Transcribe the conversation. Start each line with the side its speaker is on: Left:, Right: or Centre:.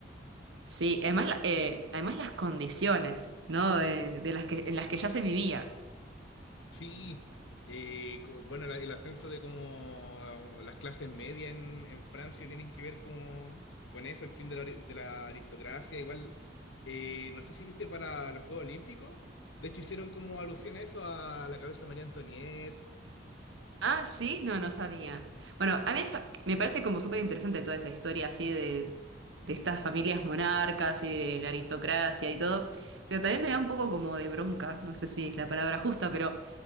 Right: Sí, además, la- eh, además las condiciones, ¿no? De, de las que, en las que ya se vivía.
Left: Sí, eh, co- bueno, la- el ascenso de como las clases medias en, en Francia tienen que ver como con eso, el fin de la, ari- de la aristocracia. Igual, eh, no sé si viste para los Juegos Olímpicos, de hecho hicieron como alusión a eso, a la cabeza de María Antonieta.
Right: Ah, sí, no, no sabía. Bueno, a mí esa- me parece como súper interesante toda esa historia así de, de estas familias monarcas y de la aristocracia y todo, pero también me da un poco como de bronca, no sé si es la palabra justa, pero